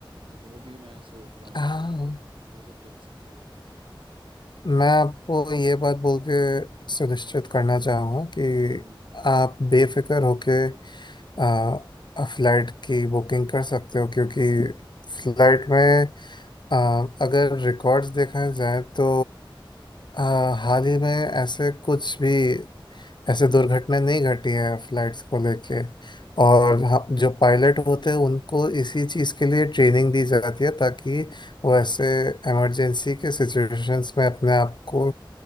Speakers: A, on the right; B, on the left.
A: तो वो भी मैं सोच रहा हूँ
B: हाँ
A: यार थोड़ा सा टेंशन चल रहा है।
B: मैं आपको ये बात बोल के सुनिश्चित करना चाहूँगा कि
A: हम्म
B: आप बेफिक्र होके आ, फ्लाइट की बुकिंग कर सकते हो क्योंकि फ्लाइट में आ, अगर रिकॉर्ड्स देखा जाए तो आ, हाल ही में ऐसे कुछ भी ऐसे दुर्घटनाएं नहीं घटी है फ्लाइट्स को लेके और हाँ, जो पायलट होते हैं उनको इसी चीज़ के लिए ट्रेनिंग दी जाती है ताकि वो ऐसे इमरजेंसी के सिचुएशंस में अपने आप को